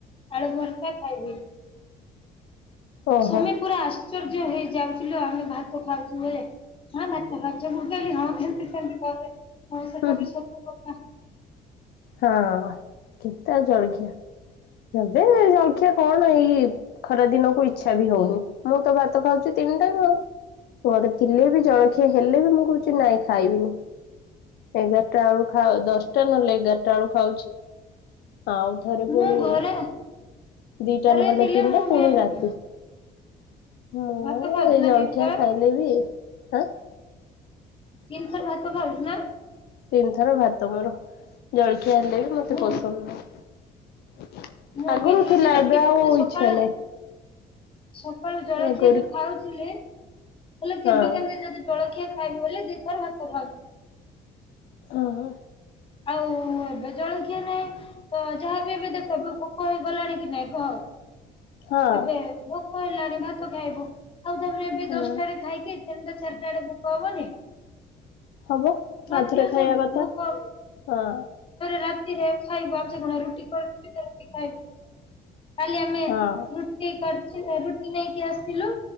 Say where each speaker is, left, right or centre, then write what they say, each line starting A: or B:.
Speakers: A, on the left; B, on the left.
A: ଆଳୁଭର୍ତା ଖାଇବି।
B: ଓହୋ
A: ସୁମି ପୁରା ଆଶ୍ଚର୍ଯ୍ୟ ହେଇଯାଉଚି ଲୋ ଆମେ ଭାତ ଖାଉଚୁ ବେଳେ। ନାହିଁ ଭାତ ଖାଉଚ ମୁଁ କହିଲି ହଁ ଏମତି ସେମିତି କରେ ସେଟା
B: ହୁଁ।
A: ବି ସତ କଥା।
B: ହଁ କେତେ ଆଉ ଜଳଖିଆ ଏବେ ଜଳଖିଆ କଣ ଏଇ ଖରା ଦିନକୁ ଇଚ୍ଛା ବି ହଉନି, ମୁଁ ତ ଭାତ ଖାଉଛି ତିନି ଟାଏମ୍ ଆଉ। ପରେ ଥିଲେ ବି। ଜଳଖିଆ ହେଲେ ବି ମୁଁ କହୁଚି, ନାଇଁ ଖାଇବିନି ଏଗାରଟା ବେଳୁ ଖାଇ ଦଶଟା ଟା ନହେଲେ ଏଗାରଟା ବେଳକୁ ଖାଉଚି। ଆଉ ଥରେ
A: ମୁଁ
B: ପୁଣି
A: ଘରେ
B: ଦିଟା
A: ଘରେ
B: ନହେଲେ
A: ଥିଲେ
B: ତିନିଟା
A: ମୁଁ
B: ପୁଣି
A: ବି ଏମିତି
B: ରାତି। ମୁଁ
A: ଭାତ ଖାଉଛୁ
B: ଏଇ
A: ନା
B: ଜଳଖିଆ
A: ତିନିଥର
B: ଖାଇଲେ ବିଁ ଆ
A: ତିନି ଥର ଭାତ ଖାଉଚୁ ନା?
B: ତିନି ଥର ଭାତ ମୋର ଜଳଖିଆ ହେଲେ ବି ମତେ
A: ମୁଁ
B: ପସନ୍ଦ ନାହିଁ।
A: ମୁଁ
B: ଆଗରୁ
A: ବି ଯୋଉଦିନ
B: ଥିଲା ଏବେ
A: ଟିପ
B: ଆଉ
A: ସକାଳେ
B: ଇଛା ନାହିଁ।
A: ସକାଳୁ ଜଳଖିଆ
B: ଆଗରୁ।
A: ଯୋଉ ଖାଉଥିଲେ, ହେଲେ କେବେ
B: ହଁ
A: କେବେ କେବେ ଯଦି ଜଳଖିଆ ଖାଇଲେ ବୋଲି ଦି ଥର ଭାତ ଖାଉଚି।
B: ଅ ହଁ।
A: ଆଉ ଏବେ ଜଳଖିଆ ନାହିଁ ତ ଯାହାବି ଏବେ ଦେଖ ଏବେ ପୋକ ହେଇ ଗଲାଣି କି ନାଇଁ କହ
B: ହଁ
A: ଏବେ ଭୋ କ ହେଲାଣି ଭାତ ଖାଇବୁ, ଆଉ ତାପରେ ଏବେ
B: ହଁ
A: ଦଶଟାରେ ଖାଇକି ତିନଟା ଚାରିଟା ବେଳେ ଭୋକ ହବନି?
B: ହବ
A: ବାଧ୍ୟ
B: ହଥରେ ଖାଇବା
A: ସେ
B: କଥା
A: ଭୋକ
B: ହଁ।
A: ରାତିରେ ଖାଇବୁ ଆଉ କଣ ରୁଟି ଖାଉଥିଲେ ରୁଟି ଖାଇବୁ କି? କାଲି ଆମେ
B: ହଁ
A: ରୁଟିକରି ରୁଟି ନେଇକି ଆସିଥିଲୁ